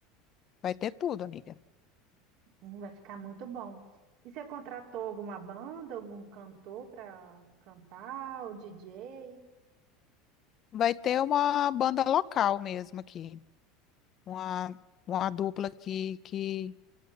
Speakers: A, on the left; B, on the right.
A: Vai ter tudo, amiga.
B: hum, vai ficar muito bom. E você contratou alguma banda, algum cantor para cantar, o DJ?
A: Vai ter uma banda local mesmo aqui. uma, uma dupla que, que,